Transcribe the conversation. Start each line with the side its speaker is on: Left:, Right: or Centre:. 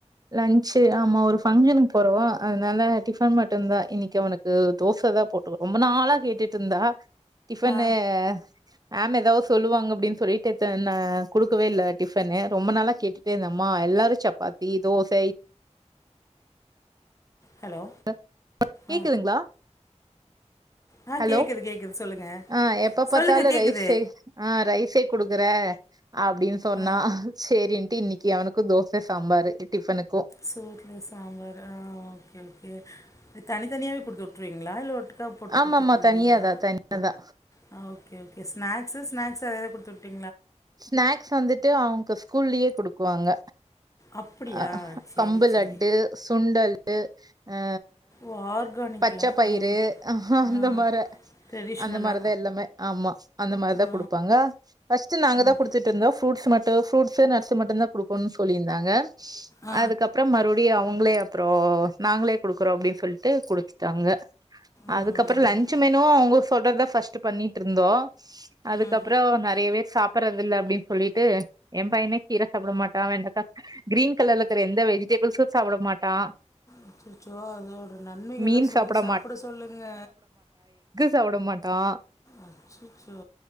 Right: லஞ்சி ஆமா ஒரு ஃபங்க்ஷனுக்கு போறோ அதனால டிபன் மட்டுந்தா இன்னிக்கு அவனுக்கு தோசை தா போட்டு ரொம்ப நாளா கேட்டுட்டு இருந்தா டிபனு
Left: ஆ
Right: மேம் ஏதாவது சொல்லுவாங்க அப்டின்னு சொல்லிட்டு த நா கொடுக்கவே இல்ல டிபனு ரொம்ப நாளா கேட்டுட்டே இருந்தே அம்மா எல்லாரு சப்பாத் தி தோச
Left: ஹலோ
Right: <inaudible> கேக்குதுங்களா
Left: ஆ ஆ
Right: ஹலோ
Left: கேட்குது கேட்குது சொல்லுங்கள்
Right: ஹ எப்ப பார்த்தாலு
Left: சொல்லுங்கள் கேட்குது
Right: ரைஸே ஆஹ் ரைஸே குடுக்குற அப்டின்னு சொன்னா
Left: ஆ
Right: செரின்டு இன்னிக்கு அவனுக்கு தோச சாம்பாரு டிபன்க்
Left: சோர்ல சாம்பார் ஆஹ் ஓகே-ஓகே தனி தனியாவே கொடுத்து விட்டுருவீங்களா இல்ல ஒட் புல்லா போட்டு
Right: ஆமாமா
Left: கொடுத்துட்டுருவீங்களா
Right: தனியாதா தனியாதா
Left: ஹ ஓகே ஓ ஸ்நாக்ஸு ஸ்நாக்ஸ் அதேதா கொடுத்துட்டீ
Right: ஸ்நாக்ஸ் வந்துட்டு அவுங்க ஸ்கூல்லயே குடுக்குவாங்க
Left: அப்படியா
Right: ஹ
Left: சேரி
Right: கம்புலட்டு
Left: சேரி
Right: சுண்டல் எ அ
Left: ஓ ஆர்கானிக்ல
Right: பச்சை பயிறு
Left: ஆ
Right: அந்த
Left: ஆ
Right: மாரே
Left: ட்ரெடிஷ்னலா
Right: அந்த மாரி தா எல்லாமே ஆமா அந்த மாரி தா
Left: ஆ
Right: குடுப்பாங்க ஃபஸ்ட் நாங்கதா
Left: ம்
Right: கொடுத்துட்டுந்தோ ஃப்ரூட்ஸ் மட்டு ஃப்ரூட்ஸ் நட்ஸ் மட்டு தா குடுக்கணு சொல்லிருந்தாங்க
Left: ஆ
Right: அதுக்கப்புறோ மறுப டியே அவங்களே அப்புறோ நாங்களே குடுக்குறோ அப்டின்னு சொல்லிட்டு குடுத்துட்டாங்க
Left: ம்
Right: அதுக்கப்புற லஞ்ச் மெனு அவுங்க சொல்றத ஃபஸ்ட் பண்ணிட்டு இருந்தோ அதுக்கப்புறோ
Left: ம்
Right: நிறையவே சாப்பிடறதில்ல அப்டின்னு சொல்லிட்டு என் பையன கீரை சாப்பிட மாட்டா வெண்டக்கா கிரீன் கலர்ல இருக்கிற எந்த வெஜிடேபிள்ஸும் சாப்பிட மாட்டா
Left: அச்சச்சோ அதோட நன்மைகள்ல்லாம்
Right: மீன்
Left: சொல்லி
Right: சாப்ட
Left: சாப்பிட சொல்லுங்க
Right: சாப்பிட மாட்டான்
Left: அச்சச்சோ